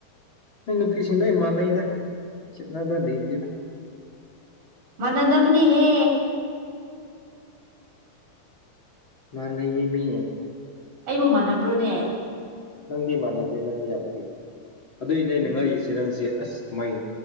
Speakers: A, on the left; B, on the right.
A: ꯃꯅ ꯄꯁꯤ ꯂꯩ ꯃꯅꯗ ꯆꯠꯅꯗ ꯂꯩꯇꯗ
B: ꯃꯅꯥꯗꯕꯅꯤ ꯍꯦ
A: ꯃꯥꯅꯌꯦ ꯃꯤ
B: ꯑꯩꯕꯨ ꯃꯥꯟꯅꯕ꯭ꯔꯣꯅꯦ
A: ꯅꯪꯗꯤ ꯃꯥꯟꯅꯗꯦ ꯅꯪꯗꯤ ꯌꯥꯝ ꯐꯩꯌꯦ ꯑꯗꯨꯏꯅꯦ ꯑꯩꯅ
B: ꯎꯝ
A: ꯉꯛꯏꯁꯦ ꯅꯪꯁꯦ ꯑꯁ ꯃꯣꯏ